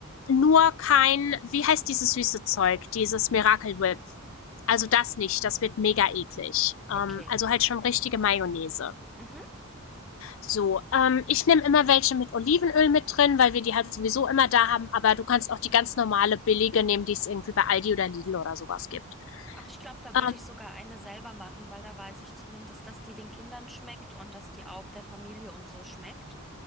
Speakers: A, on the left (about 60°); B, in the centre.
A: nur kein, wie heißt dieses süße Zeug, dieses Miracle Whip. Also das nicht, das wird mega eklig. Ähm,
B: Okay.
A: also halt schon richtige Mayonnaise.
B: Mhm.
A: So, ähm, ich nehme immer welche mit Olivenöl mit drin, weil wir die halt sowieso immer da haben, aber du kannst auch die ganz normale billige nehmen, die es irgendwie bei Aldi oder Lidl oder sowas gibt.
B: Ach, ich glaube, da
A: Ähm,
B: würde ich sogar eine selber machen, weil da weiß ich zumindest, dass die den Kindern schmeckt und dass die auch der Familie und so schmeckt.